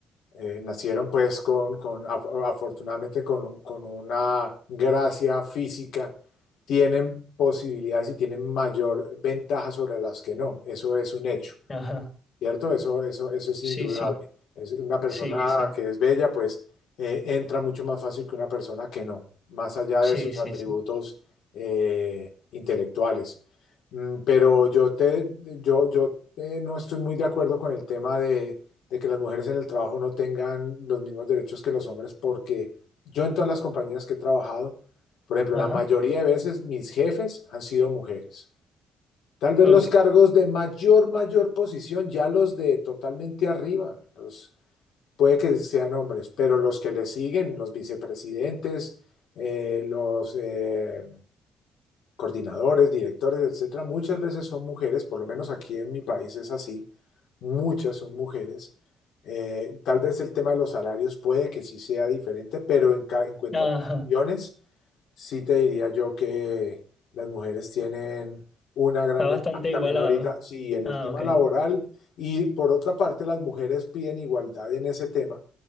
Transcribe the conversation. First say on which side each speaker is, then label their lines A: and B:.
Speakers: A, on the left (about 75°); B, on the left (about 30°).
A: eh, nacieron pues con, con- af- afortunadamente con, un- con una gracia física, tienen posibilidades y tienen mayor ventaja sobre las que no. Eso es un hecho.
B: ajá,
A: ¿cierto? Eso, eso, eso es
B: sí,
A: indudable.
B: sí,
A: Es una persona
B: sí, sí,
A: que es bella, pues eh, entra mucho más fácil que una persona que no, más allá
B: sí,
A: de sus
B: sí,
A: atributos
B: sí,
A: eh, intelectuales. Mm, Pero yo, te, yo, yo eh, no estoy muy de acuerdo con el tema de, de que las mujeres en el trabajo no tengan los mismos derechos que los hombres, porque yo en todas las compañías que he trabajado, por ejemplo,
B: ajá,
A: la mayoría de veces mis jefes han sido mujeres. Tal vez
B: ok,
A: los cargos de mayor, mayor posición, ya los de totalmente arriba, los, puede que sean hombres, pero los que le siguen, los vicepresidentes, eh, los eh, coordinadores, directores, etcétera, muchas veces son mujeres, por lo menos aquí en mi país es así, muchas son mujeres. Eh, tal vez el tema de los salarios puede que sí sea diferente, pero en, ca- en cuanto
B: ajá,
A: a posiciones, sí te diría yo que las mujeres tienen una gran
B: está
A: ventaja
B: bastante
A: también
B: igualado.
A: ahorita, sí, en
B: Ah,
A: el tema
B: ok,
A: laboral y por otra parte las mujeres piden igualdad en ese tema,